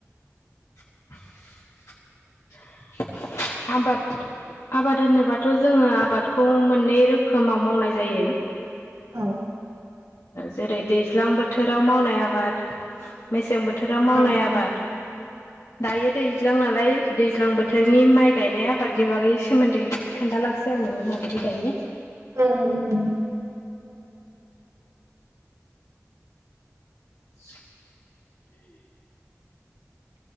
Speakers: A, on the left (about 75°); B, on the right (about 75°).
A: <inaudible> आबाद आबाद होनोबाथ' जोङो आबादखौ मोननै रोखोमाव मावनाय जायो
B: औ
A: जेरै दैज्लां बोथ बोथोराव मावनाय आबाद मेसें बोथ थोराव मावनाय
B: औ
A: आबाद दायो दै ज्लां नालाय दैज्लां बोथोरनि माइ गायनाय आबादनि बागै सोमोन्दै खोन्थालांसै आं नोंनो माबायदि गायो
B: <inaudible>
A: <unintelligible>